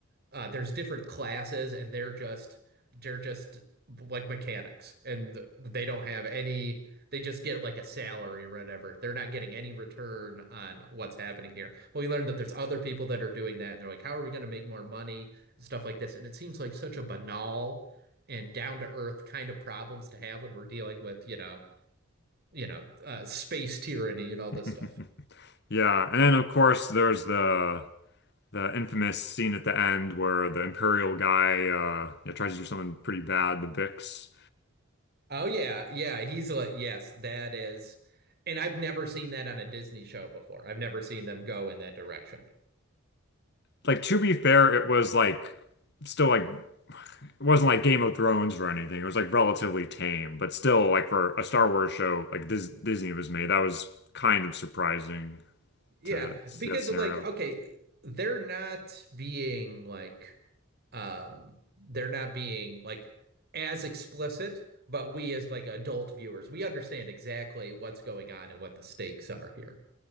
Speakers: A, on the right; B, on the left.
A: uh, there's different classes, and they're just they're just like mechanics, and they don't have any. They just get like a salary or whatever. They're not getting any return on what's happening here. But we learned that there's other people that are doing that, and they're like, "How are we going to make more money?" Stuff like this, and it seems like such a banal and down to earth kind of problems to have when we're dealing with, you know you know, uh, space tyranny and all this
B: <laughs>
A: stuff.
B: Yeah, and then of course there's the the infamous scene at the end where the Imperial guy uh yeah, tries to do something pretty bad, the Vix.
A: Oh yeah, yeah, he's like, yes, that is. And I've never seen that on a Disney show before. I've never seen them go in that direction.
B: Like to be fair, it was like still like it wasn't like Game of Thrones or anything. It was like relatively tame, but still like for a Star Wars show like this Disney was made, that was kind of surprising
A: Yeah,
B: to see
A: because
B: that scenario.
A: of like, okay, they're not being like, um, they're not being like as explicit, but we as like adult viewers, we understand exactly what's going on and what the stakes are here.